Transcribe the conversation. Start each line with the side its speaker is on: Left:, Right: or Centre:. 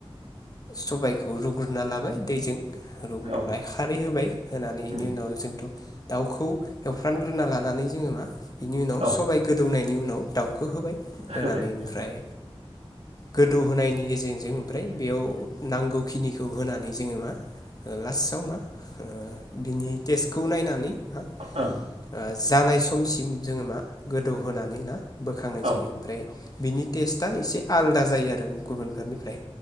Left: सबायखौ रुग्रोनना लाबाय दैजों रुग्रोबाय
Right: औ औ
Left: खारै होबाय होनानै बेनि
Right: उम
Left: उनाव जोंथ' दाउखौ एवफ्रानग्रोना लानानै जोङो मा बेनि उनाव
Right: औ
Left: सबाय गोदौनायनि उनाव दाउखौ होबाय होनानै
Right: होबाय
Left: ओमफ्राय
Right: <inaudible>
Left: गोदौ होनायनि गेजेरजों ओमफ्राय बेयाव नांगौखिनिखौ होनानै जोङो मा लास्टआव मा बिनि टेस्टखौ नायनानै मा
Right: ओ
Left: ओ जानाय समसिम जोङो मा गोदौहोनानै ना बोखांनाय
Right: ओं
Left: जायो ओमफ्राय बिनि टेस्टआ एसे आलदा जायो आरो गुबुनफोरनिफ्राय